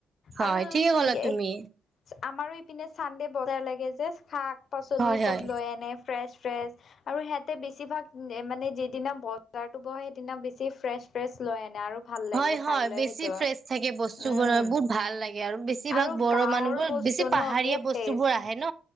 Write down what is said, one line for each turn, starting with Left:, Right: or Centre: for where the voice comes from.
Right: হয়
Left: আৰু
Right: ঠিকে ক'লা
Left: <unintelligible>
Right: তুমি
Left: আমাৰো ইপিনে চান্দে বজাৰ লাগে যে শাক পাচলি
Right: হয়
Left: চব
Right: হয়।
Left: লৈ আনে। ফ্ৰেছ ফ্ৰেছ আৰু সিহঁতে বেছিভাগ মানে যিদিনা বজাৰতো বহে সেইদিনা বেছি ফ্ৰেছ ফ্ৰেছ লৈ আনে, আৰু ভাল লাগে
Right: হয়
Left: খাই
Right: হয়
Left: লৈ
Right: বেছি
Left: সেইটো
Right: ফ্ৰেছ থাকে বস্তুবোৰ
Left: উম
Right: বহুত ভাল লাগে আৰু বেছি বেছিভাগ
Left: আৰু
Right: বড়ো
Left: গাঁৱৰ
Right: মানুহবোৰ,
Left: বস্তু
Right: বেছি পাহাৰীয়া
Left: ন বহুত
Right: বস্তু
Left: টেষ্ট
Right: বোৰ আহে ন